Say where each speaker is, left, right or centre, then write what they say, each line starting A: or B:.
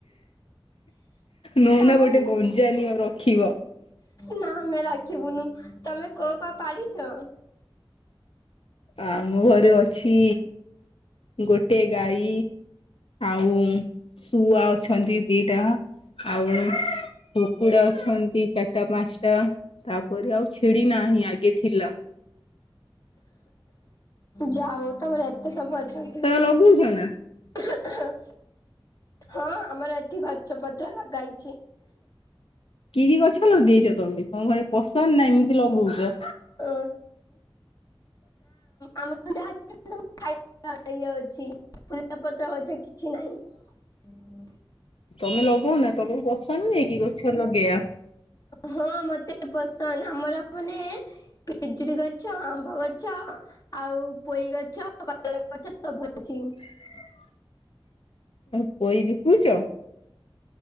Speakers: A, on the left; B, on the left.
A: ନଉନା
B: ତମର
A: ଗୋଟେ
B: <unintelligible>
A: ଗଞ୍ଜା ନିଅ ରଖିବ।
B: ନା ଆମେ ରାଗିବୁ ନୁ ତମେ କଁ କଁ ପାଳିଚ?
A: ଆମ ଘରେ ଅଛି ଗୋଟେ ଗାଈ, ଆଉ ଶୁଆ ଅଛନ୍ତି ଦିଟା ଆଉ କୁକୁଡା ଅଛନ୍ତି ଚାଟା ପାଞ୍ଚଟା ତାପରେ ଆଉ ଛେଳି ନାହିଁ ଆଗେ ଥିଲା।
B: ଯା ଉ ତମର ଏତେ ସବୁ ଅଛନ୍ତି।
A: ଲଗୋଉଚ ନା?
B: <unintelligible> ହଁ ଆମର ଏଠି ଗଛ ପତ୍ର ଲଗାଇଛି।
A: କି କି ଗଛ ଲଗେଇଛ ତମେ, ତମକୁ ଭାରି ପସନ୍ଦ ନା ଏମିତି ଲଗଉଛ?
B: ଅ
A: <inaudible>
B: ଆମର ଯାହା ଖାଇବା ଇ ଅଛି ଫୁଲପତ୍ର ଅଛ କିଛି ନାଇଁ।
A: ତମେ ଲଗଉନା ତମକୁ ପସନ୍ଦ ନୁହେଁ କି ଗଛ ଲଗେଇବା?
B: ହଁ ମତେ ପସନ୍ଦ ଆମର ମାନେ ପିଜୁଳି ଗଛ, ଆମ୍ବ ଗଛ ଆଉ ପୋଇ ଗଛ, କଦଳୀ ଗଛ ସବୁ ଅଛି।
A: <inaudible> ଆଉ ପୋଇ ବିକୁଚ?